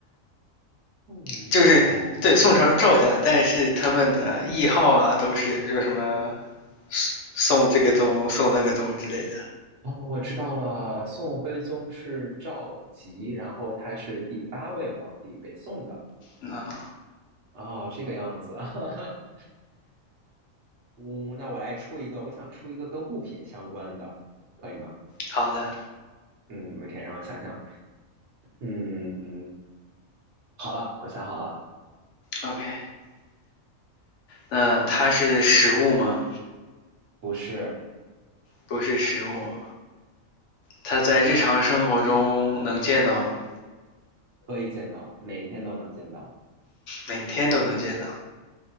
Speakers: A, on the right; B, on the left.
A: 宋朝
B: 就是对宋朝是赵家，但是他们的谥号啊都是比如什么宋这个宗、宋那个宗之类的。
A: 哦，我知道了，宋徽宗是赵佶，然后他是第八位皇帝，北宋的。
B: 嗯，
A: 哦，这个样子。<laughs> 嗯，那我来出一个，我想出一个跟物品相关的，可以吗？
B: 好的
A: 嗯，OK，让我想想。嗯，好了，我想好了，
B: ，OK，那它是实物吗？
A: 是
B: 不是实物，它在日常生活中能见到吗？
A: 可以见到，每天都能见到，
B: 每天都能见到。